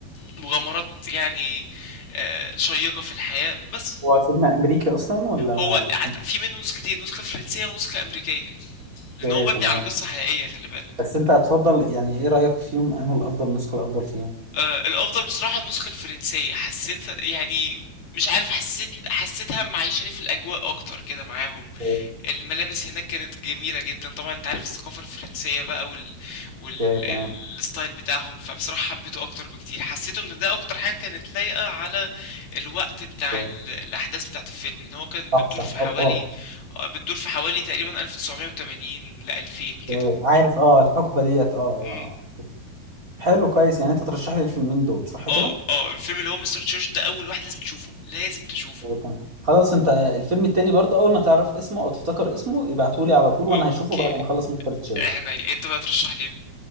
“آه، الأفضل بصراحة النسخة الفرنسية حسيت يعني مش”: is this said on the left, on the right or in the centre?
Left